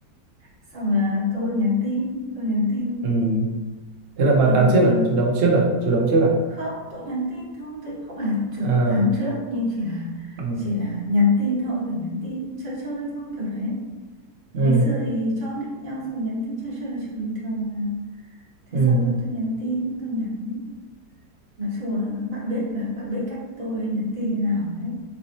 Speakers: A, on the right; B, on the right.
A: xong là tôi nhắn tin tôi nhắn tin
B: Ừ. thế là bà
A: tôi
B: tán
A: nhắn
B: trước
A: tin
B: à chủ động trước à chủ động trước à
A: không tôi nhắn tin thôi tôi không phải là chủ động
B: à
A: tán trước nhưng chỉ là
B: ừ
A: chỉ là nhắn tin thôi kiểu nhắn tin chơi chơi thôi kiểu đấy
B: ừ
A: ngày xưa thì cho nick nhau xong rồi nhắn tin chơi chơi là chuyện bình thường mà thế
B: ừ
A: xong là tôi nhắn tin tôi nhắn nói chung là bạn biết là bạn biết cách tôi nhắn tin như nào rồi đấy